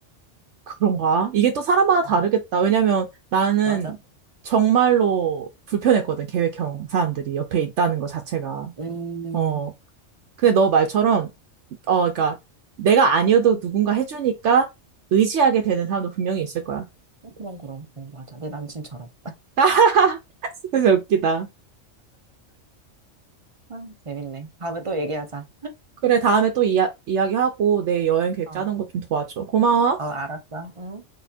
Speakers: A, on the right; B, on the right.
A: 그런가? 이게 또 사람마다 다르겠다.
B: 음,
A: 왜냐면 나는
B: 맞아.
A: 정말로 불편했거든, 계획형 사람들이 옆에 있다는 것 자체가.
B: 음,
A: 어. 근데 너 말처럼, 어, 그러니까 내가 아니어도 누군가 해주니까 의지하게 되는 사람도 분명히 있을 거야.
B: 그럼, 그럼. 네, 맞아. 내 남친처럼.
A: <laughs> 진짜 웃기다.
B: 아, 재밌네. 다음에 또 얘기하자.
A: 그래, 다음에 또 이야, 이야기하고 내 여행 계획
B: 어,
A: 짜는 거 좀 도와줘. 고마워.
B: 어, 알았어. 음.